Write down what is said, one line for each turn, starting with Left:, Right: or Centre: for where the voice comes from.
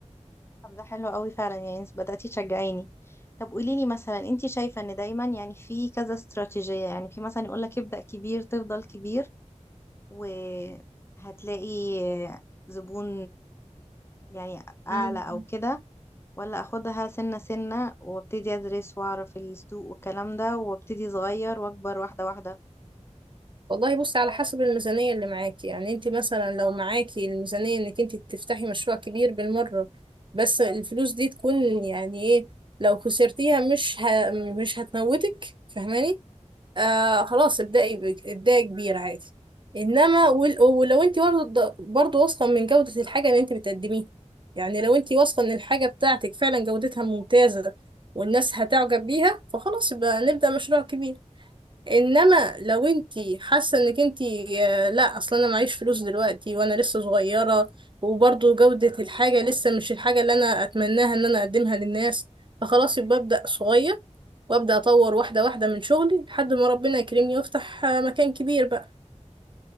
Left: طب ده حلو قوي فعلا يعني انت بدأتي تشجعيني طب قوليلي مثلا انت شايفة ان دايما يعني في كذا استراتيجية يعني في مثلا يقولك ابدأ كبير تفضل كبير وهتلاقي زبون يعني اعلى
Right: مم.
Left: او كده ولا اخدها سنة سنة وابتدي ادرس واعرف السوق والكلام ده وابتدي صغير واكبر واحدة واحدة
Right: والله بصي على حسب الميزانية اللي معاكي يعني انت مثلا لو معاكي الميزانية انك انت تفتحي مشروع كبير بالمرة بس الفلوس دي تكون يعني ايه لو خسرتيها مش ه... مش هتموتك فاهماني آه خلاص ابدأي ب... ابدأي كبير عادي انما ول... ولو انت برضه برضه واثقة من جودة الحاجة اللي انت بتقدميها يعني لو انت واثقة ان الحاجة بتاعتك فعلا جودتها ممتازة والناس هتعجب بيها فخلاص يبقى نبدأ مشروع كبير انما لو انتي حاسه انك انتي آه، لا اصلا انا معيش فلوس دلوقتي وانا لسه صغيره وبرضو جوده الحاجه لسه مش الحاجه اللي انا اتمناها ان انا اقدمها للناس فخلاص يبقى ابدا صغير وابدا اطور واحده واحده من شغلي لحد ما ربنا يكرمني وافتح آه، مكان كبير بقى